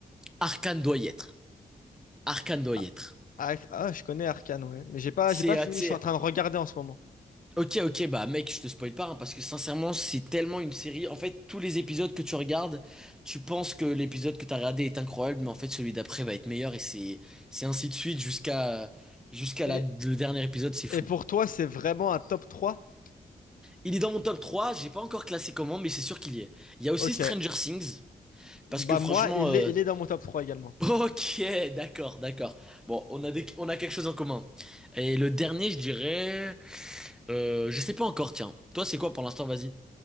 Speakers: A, in the centre; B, on the left.
A: Arcane doit y être. Arcane doit
B: Ah,
A: y être.
B: ah, ah, je connais Arcane, ouais. Mais j'ai pas,
A: C'est,
B: j'ai pas
A: euh,
B: fini,
A: tu sais,
B: je suis en train de regarder en ce moment.
A: ok, ok, bah mec, je te spoil pas, hein, parce que sincèrement, c'est tellement une série. En fait, tous les épisodes que tu regardes, tu penses que l'épisode que t'as regardé est incroyable, mais en fait, celui d'après va être meilleur, et c'est, c'est ainsi de suite jusqu'à, jusqu'à la-
B: Et,
A: le dernier épisode, c'est fou.
B: et pour toi, c'est vraiment un top trois
A: Il est dans mon top 3. j'ai pas encore classé comment, mais c'est sûr qu'il y est. Il y a aussi
B: Ok.
A: Stranger Things, parce
B: Bah
A: que franchement...
B: moi, il
A: euh,
B: est, il est dans mon top 3 également.
A: Ok, d'accord, d'accord. Bon, on a des, on a quelque chose en commun. Et le dernier, je dirais, euh, je sais pas encore. Tiens, toi, c'est quoi pour l'instant? Vas-y.